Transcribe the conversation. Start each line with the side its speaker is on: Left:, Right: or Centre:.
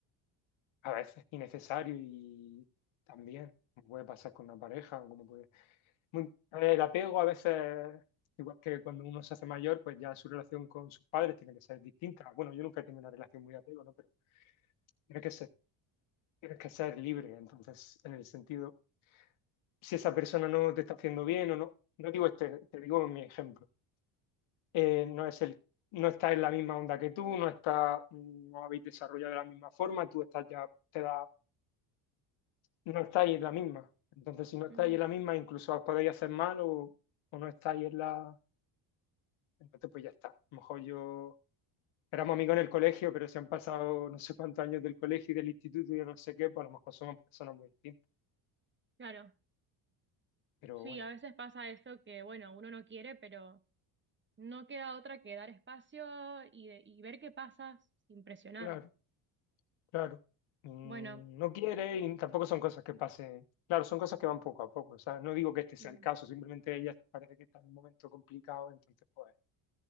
Left: a veces innecesario y también como puede pasar con una pareja o como puede... Muy- El apego a veces, igual que cuando uno se hace mayor, pues ya su relación con sus padres tiene que ser distinta. Bueno, yo nunca he tenido una relación muy de apego, ¿no? Pero tienes que ser, tienes que ser libre, entonces, en el sentido si esa persona no te está haciendo bien o no, no digo este, te digo mi ejemplo, Eh, no es el, no está en la misma onda que tú, no está, no habéis desarrollado de la misma forma, tú estás ya, te da, no estáis en la misma. Entonces, si no estáis
Right: Mm.
Left: en la misma, incluso os podéis hacer mal o, o no estáis en la, entonces pues ya está. A lo mejor yo éramos amigos en el colegio, pero se han pasado no sé cuántos años del colegio y del instituto y de no sé qué, pues a lo mejor somos personas muy distintas.
Right: Claro,
Left: Pero
Right: sí,
Left: bueno,
Right: a veces pasa eso que, bueno, uno no quiere, pero no queda otra que dar espacio y, de- y ver qué pasa sin presionar.
Left: claro. Claro. Mm,
Right: Bueno,
Left: No quiere y tampoco son cosas que pasen. Claro, son cosas que van poco a poco. O sea, no digo que este sea
Right: mm.
Left: el caso, simplemente ella parece que está en un momento complicado, entonces pues,